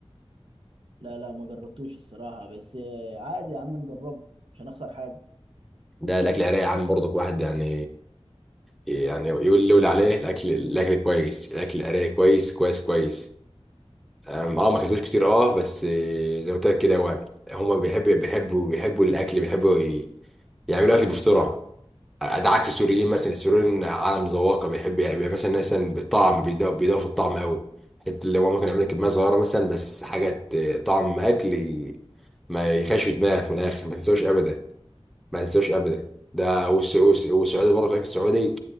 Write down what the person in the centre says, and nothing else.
ده الاكل العراقي يا عم برضك واحد يعني يعني يقول لي يقول عليه الاكل الاكل كويس الاكل العراقي كويس كويس كويس أم- اه ما كسبوش كتير اه بس آه، زي ما قلت لك كده هو هم بيحبوا بيحبوا بيحبوا الاكل بيحبوا ي- يعملوا اكل بفطره آه، ده عكس السوريين مثلا السوريين عالم ذواقه بيحب يعني مثلا مثلا بالطعم بيدوا بيدوا في الطعم قوي حته اللي هو ممكن يعمل لك كميه صغيره مثلا بس حاجه ت- طعم اكل ي- ما يخش في دماغك من الاخر ما تنساوش ابدا ما انساوش ابدا ده والس- والس- والسعوديه برضه فاكر السعودي